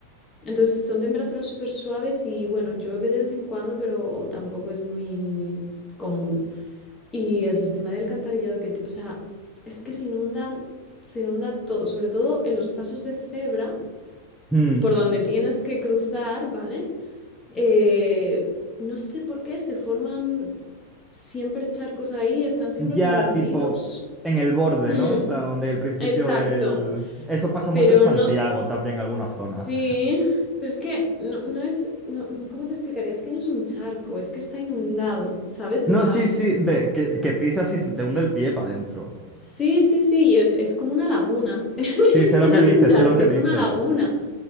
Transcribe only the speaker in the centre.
mm.
Ya
tipo en el borde,
¿no? En plan, donde el principio
del... Eso pasa mucho
en Santiago
también, en algunas zonas.
No,
sí, sí, de que, que pisas y se te hunde el pie para adentro.
Sí, sé lo
que
dices,
sé lo que
dices.